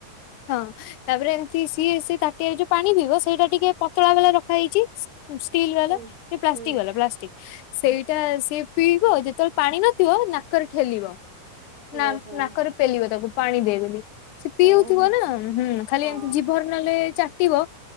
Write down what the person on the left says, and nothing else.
ହଁ। ତାପରେ ଏମିତି ସିଏ ତାଟିଆ ଯୋଉ ପାଣି ପିଇବ ସେଇଟା ଟିକେ ପତଳା ବେଲା ରଖାଯାଇଚି। ସ୍ଟିଲ ବାଲା
କି ପ୍ଲାଷ୍ଟିକ
ବାଲା ପ୍ଲାଷ୍ଟିକ। ସେଇଟା ସିଏ ପିଇବ ଯେତେବେଳେ ପାଣି ନଥିବ ନାକରେ ଠେଲିବ।
ନା ନାକରେ ପେଲିବ ତାକୁ ପାଣି ଦେଇବେ ସେ ପିଉଥିବ
ନା ହୁଁ ଖାଲି
ଏମତି ଜୀଭର ନହେଲେ ଚାଟିବ